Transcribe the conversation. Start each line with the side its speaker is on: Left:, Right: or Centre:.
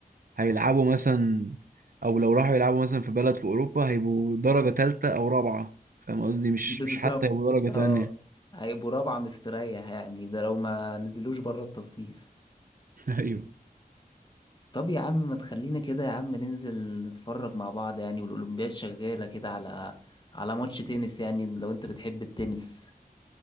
Right: هيلعبوا مثلا او لو راحوا يلعبوا مثلا في بلد في اوروبا هيبقوا درجة تالتة او رابعة فاهم قصدي مش
Left: بالظبط
Right: مش حتى هيبقوا درجة
Left: اه
Right: تانية
Left: هيبقوا رابعة مستريح يعني ده لو ما نزلوش بره التصنيف
Right: <laughs> ايوه
Left: طب يا عم ما تخلينا كده يا عم ننزل نتفرج مع بعض يعني والأولمبياد شغالة كده على على ماتش تنس يعني لو انت بتحب التنس